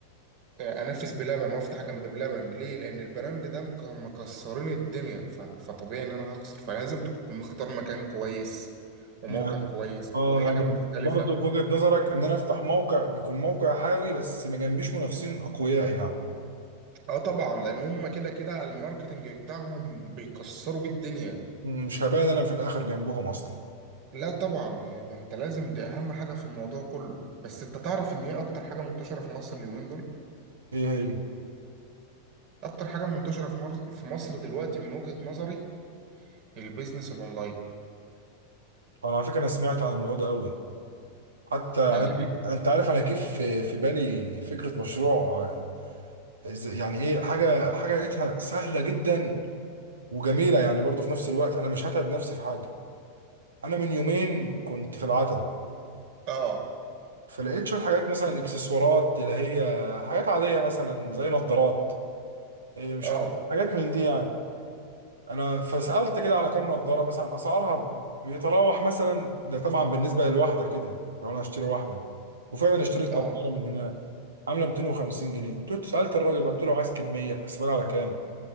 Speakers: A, on the right (about 45°); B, on the right (about 70°).
A: آه، انافس بلبن وافتح جنب بلبن ليه لان البراند ده مك- مكسرين الدنيا ف- فطبيعي ان انا هخسر فلازم تكون مختار مكان كويس وموقع
B: يعني
A: كويس
B: اه
A: وحاجه
B: يعني
A: مختلفه
B: برضه في وجهة نظرك ان انا افتح موقع بيكون موقع حيوي بس ما جنبيش منافسين اقوياء يعني
A: اه طبعا لان هم كده كده الماركتنج بتاعهم بيكسروا بيه الدنيا
B: مش هبان انا في الاخر جنبهم اصلا
A: لا طبعا ده انت لازم دي اهم حاجه في الموضوع كله بس انت تعرف ان ايه اكتر حاجه منتشره في مصر اليومين دول
B: ايه هي
A: اكتر حاجه منتشره في مر... في مصر دلوقتي من وجهه نظري البيزنس الاونلاين
B: انا على فكرة انا سمعت عن الموضوع ده قوي حتى
A: يعني
B: يعني أنا-
A: ليه
B: انت عارف انا جه في في بالي فكرة مشروع آه، إز- يعني ايه حاجة حاجة لقيتها سهلة جدا وجميلة يعني برضه في نفس الوقت انا مش هتعب نفسي في حاجة انا من يومين كنت في العتبة
A: اه
B: فلقيت شوية حاجات مثلا الاكسسوارات اللي هي حاجات عادية مثلا زي نظارات إيه، مش
A: اه
B: عارف حاجات من دي يعني انا فسألت كده على كام نظارة مثلا اسعارها بيتراوح مثلا ده طبعا بالنسبة للواحدة كده لو انا هشتري واحدة وفعلا اشتريت نظارة
A: اه
B: من هنا عاملة 250 جنيه قلت له سألت الراجل بقى، قلت له عايز كمية حسبها لي على كام